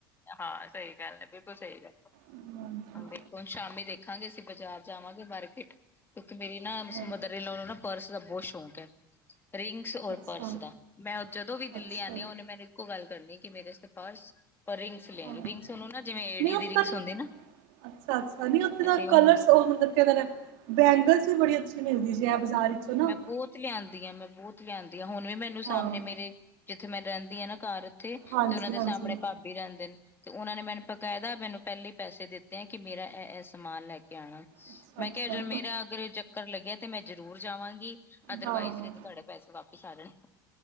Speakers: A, on the left; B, on the right.
A: ਹਾਂ, ਸਹੀ ਗੱਲ ਹੈ। ਬਿਲਕੁਲ, ਸਹੀ ਗੱਲ ਹੈ।
B: ਹਾਂਜੀ
A: ਹੁਣ ਦੇਖ ਹੁਣ ਸ਼ਾਮੀ ਦੇਖਾਂਗੇ। ਅਸੀਂ ਬਾਜ਼ਾਰ ਜਾਵਾਂਗੇ ਮਾਰਕੀਟ, ਕਿਉਂਕਿ ਮੇਰੀ ਨਾ ਮਦਰ
B: ਹਾਂ,
A: ਇਨ ਲੋ ਪਰਸ ਦਾ, ਬਹੁਤ ਸ਼ੌਂਕ ਹ‌ੈ। ਰਿੰਗਸ ਔਰ
B: ਅੱਛਾ,
A: ਪਰਸ ਦਾ ਮੈਂ ਜਦੋਂ ਵੀ ਦਿੱਲੀ
B: ਅੱਛਾ
A: ਆਉਂਦੀ ਹਾਂ! ਉਹਨੇ ਮੈਨੂੰ ਗੱਲ ਕਰਨੀ, ਕਿ ਮੇਰੇ ਵਾਸਤੇ ਪਰਸ ਰਿੰਗਸ ਲੈਣੀ।
B: ਹਾਂ
A: ਰਿੰਗਨ ਨਾ ਜਿਵੇਂ ਏਡੀ
B: ਨਹੀਂ ਉੱਥੇ
A: ਦੀ ਰਿੰਗਸ
B: ਤਾਂ
A: ਹੁੰਦੀ ਨਾ
B: ਅੱਛਾ -ਅੱਛਾ, ਨੀ ਉੱਥੇ ਦਾ
A: ਤੇ ਹੁਣ
B: ਕਲਰਸ ਉਹ ਮਤਲਬ ਕਹਿੰਦੇ ਨੇ। ਬੈਂਗਲਸ ਵੀ, ਬੜੀ ਅੱਛੀ ਮਿਲਦੀ ਜੀ ਹੈ। ਬਾਜ਼ਾਰ ਵਿੱਚੋਂ ਨਾ
A: ਮੈਂ ਬਹੁਤ ਲਿਆਂਦੀ ਹਾਂ! ਮੈਂ ਬਹੁਤ ਲਿਆਂਦੀ ਹਾਂ! ਹੁਣ ਵੀ ਮੈਨੂੰ
B: ਹਾਂ
A: ਸਾਹਮਣੇ ਮੇਰੇ ਜਿੱਥੇ ਮੈਂ, ਰਹਿੰਦੀ ਹਨਾ! ਘਰ ਉੱਥੇ
B: ਹਾਂਜੀ,
A: ਤੇ ਉਹਨਾਂ ਦੇ
B: ਹਾਂਜੀ।
A: ਸਾਹਮਣੇ ਭਾਬੀ ਰਹਿੰਦੇ ਨੇ। ਤੇ, ਉਹਨਾਂ ਨੇ, ਮੈਨੂੰ ਬਕਾਇਦਾ ਮੈਨੂੰ ਪਹਿਲੇ ਹੀ। ਪੈਸੇ ਦਿੱਤੇ ਆ ਕਿ ਮੇਰਾ ਇਹ- ਇਹ ਸਮਾਨ ਲੈ ਕੇ ਆਉਣਾ।
B: ਅੱਛਾ,
A: ਮੈਂ
B: ਅੱਛਾ
A: ਕਿਹਾ ਜੇ, ਮੇਰਾ ਅਗਰ ਚੱਕਰ ਲੱਗਿਆ ਤੇ ਮੈਂ ਜਰੂਰ ਜਾਵਾਂਗੀ ਅਦਰਵਾਈਜ਼
B: ਹਾਂ।
A: ਨੇ, ਤੇ ਤੁਹਾਡੇ ਪੈਸੇ ਵਾਪਿਸ ਆਗੇ।